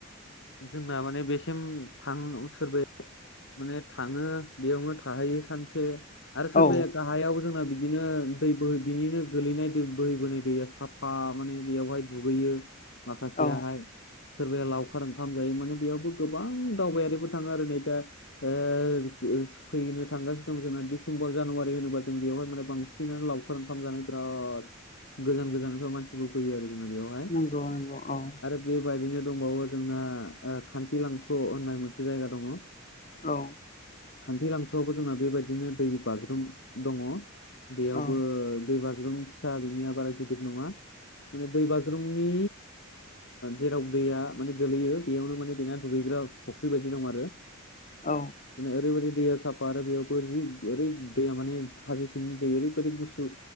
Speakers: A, on the left; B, on the left.
A: जोंना माने बेसिम थां सोरब माने थाङो बेयावनो थाहैयो सानसे आरो सोरबाया
B: औ
A: गाहायाव जोंना बिदिनो दै बोहै बिनिनो गोलैनाय दै बोहै बोहै दैया साफा माने बेयावहाय दुगैयो। माखासेयाहाय
B: औ
A: सोरबाया लावखार ओंखाम जायो माने बेयावबो गोबां दावबायारिबो थाङो आरो नै दा फैनो थांगासिनो दं जोंना डिसेम्बर जानुवारि होनोबा जों बेवहाय माने बांसिन सिनानै लावखार ओंखाम जानाय बिराद गोजान गोजाननिफ्राय मानसिबो फैयो आरो जोंना बेयाव
B: नंगौ नंगौ औ
A: बेबायदिनो दंबावो जोंना खान्थिलांस' होननाय मोनसे जायगा दङ।
B: औ
A: खान्थि लांसुआवबो जोंना बेबायदिनो दै बाथुरुम दङ बेयावबो
B: औ
A: दै बाथ फिसा बिनियाबा गिदिर नङा माने दै बाज्रुम आंनि जेराव दैया माने गोलैयो बेयावनो माने बेना दुगैग्रा फुख्रि बायदि दं आरो। माने
B: औ नंगौ औ
A: ओरैबायै दैया साफा आरो बेयाव जि ओरै दैया माने हाज दैआ ओरैबादि गुसु